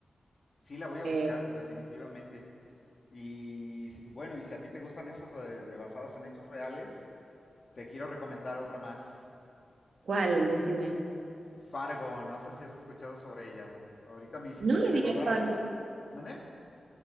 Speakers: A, on the left; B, on the right.
A: Sí, la voy a
B: Eh,
A: buscar definitivamente. Y, y bueno, y si a ti te gustan esas de, de basadas en hechos reales, te quiero recomendar otra más.
B: ¿Cuál?
A: Que,
B: Decime.
A: Fargo, no sé si has escuchado sobre ella. Ahorita me hiciste
B: No
A: que
B: le
A: me
B: vi
A: acordara.
B: a Fargo. No
A: ¿Mandé?